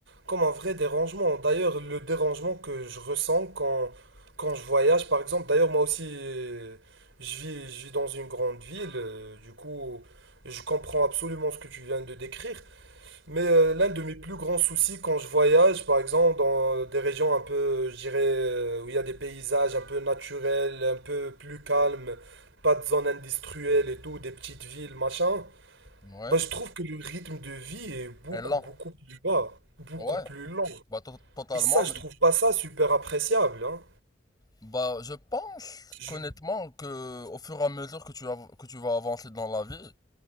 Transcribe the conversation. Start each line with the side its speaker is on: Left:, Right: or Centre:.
Right: comme un vrai dérangement. D'ailleurs, le dérangement que je ressens quand, quand je voyage, par exemple, d'ailleurs, moi aussi, euh, je vis, je vis dans une grande ville, euh, du coup, je comprends absolument ce que tu viens de décrire. Mais euh, l'un de mes plus grands soucis quand je voyage, par exemple, dans euh, des régions un peu, euh, je dirais, euh, où il y a des paysages un peu naturels, un peu plus calmes, pas de zones industrielles et tout, des petites villes, machin,
Left: ouais,
Right: bah, je trouve que le rythme de vie est beaucoup,
Left: elle lent,
Right: beaucoup plus bas, beaucoup
Left: ouais.
Right: plus lent.
Left: Bah, to- totalement,
Right: Et ça,
Left: mais
Right: je trouve pas ça super appréciable, hein.
Left: bah, je pense
Right: Je,
Left: qu'honnêtement que au fur et à mesure que tu av- que tu vas avancer dans la vie,